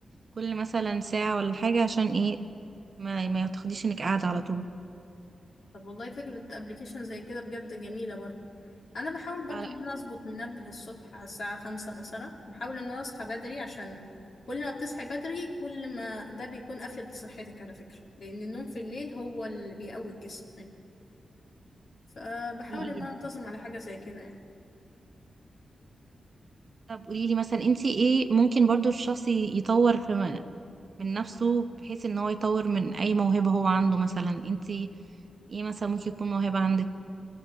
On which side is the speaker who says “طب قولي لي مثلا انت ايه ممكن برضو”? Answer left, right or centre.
Right